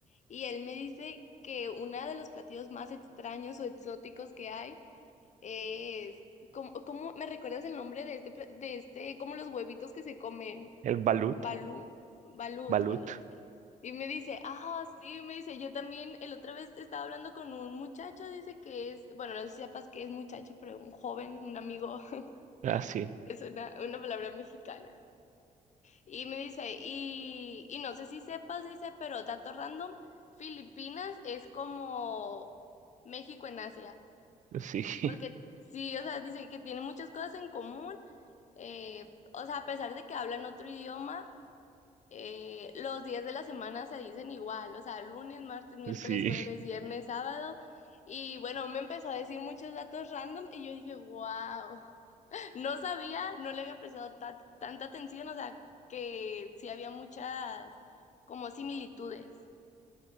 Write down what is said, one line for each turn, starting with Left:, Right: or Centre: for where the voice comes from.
Left: y él me dice que uno de los platillos más extraños o exóticos que hay es, ¿cómo, cómo- me recuerdas el nombre de este, pla- de este, como los huevitos que se comen?
Right: El balut,
Left: Balú, balut,
Right: balut.
Left: balut. Y me dice, ah, sí, me dice, yo también, el otra vez estaba hablando con un muchacho, dice que es, bueno, no sé si sepas que es muchacho, pero un joven, un amigo, <laughs>
Right: Ah, sí,
Left: es una, una palabra mexicana. Y me dice, y, y no sé si sepas, dice, pero dato random, Filipinas es como México en Asia.
Right: sí, <laughs>
Left: Porque sí, o sea, dice que tiene muchas cosas en común eh, o sea, a pesar de que hablan otro idioma, eh, los días de la semana se dicen igual, o sea, lunes, martes, miércoles,
Right: sí.
Left: jueves, viernes, sábado. Y bueno, me empezó a decir muchos datos random y yo dije, wow, <laughs> no sabía, no le había prestado ta- tanta atención, o sea, que sí había muchas como similitudes.